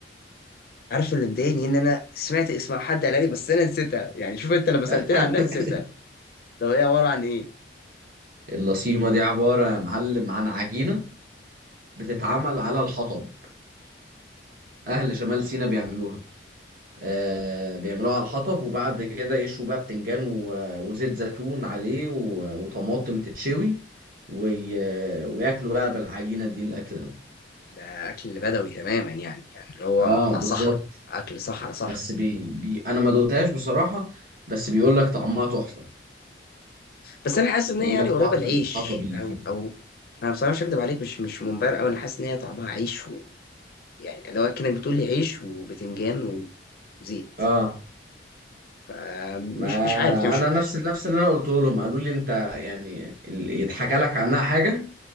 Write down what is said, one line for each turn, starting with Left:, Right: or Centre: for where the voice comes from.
Left: عارف اللي مضايقني ان انا سمعت اسم حد قالها لي بس انا نسيتها يعني شوف انت لما
Right: <laughs>
Left: سألتني عنها نسيتها طب هي عبارة عن ايه؟
Right: اللصيمة دي عبارة يا معلم عن عجينة بتتعمل
Left: جميل.
Right: على الحطب أهل شمال سيناء بيعملوها آه، بيعملوها على الحطب وبعد كده يشوا بقى بتنجان و- وزيت زيتون عليه و- وطماطم تتشوي وي- وياكلوا بقى بالعجينة دي الأكل ده
Left: ده أكل بدوي تماما يعني يعني اللي هو
Right: اه
Left: بتاع
Right: بالظبط
Left: صحراء أكل صحراء صحراء
Right: بس بي... بي... انا ما دقتهاش بصراحة بس بيقول لك طعمها تحفة
Left: بس انا حاسس ان
Right: بيقول
Left: هي يعني
Right: لك
Left: قريبه
Right: طعم
Left: العيش
Right: الحطب اللي
Left: او
Right: فيها
Left: او انا بصراحه مش هكدب عليك مش مش منبهر قوي انا حاسس ان هي طعمها عيش و... يعني لو كانك بتقول لي عيش وبتنجان وزيت
Right: اه
Left: فمش
Right: ما
Left: مش عارف يعني مش
Right: انا نفس نفس اللي انا قلته لهم قالوا لي انت يعني ال- يتحكى لك عنها حاجة